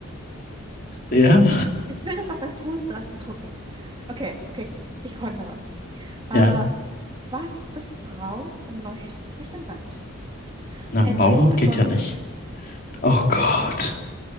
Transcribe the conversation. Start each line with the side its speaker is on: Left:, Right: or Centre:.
Left: Ja.
Right: Ich, ich will das auf ein Poster drucken. Okay, okay, ich kontere. Äh,
Left: Ja.
Right: was ist braun und läuft durch den Wald?
Left: Na, ein
Right: Ein
Left: Baum
Right: Reh mit
Left: geht
Right: Sonnenbrand.
Left: ja nicht. Oh Gott.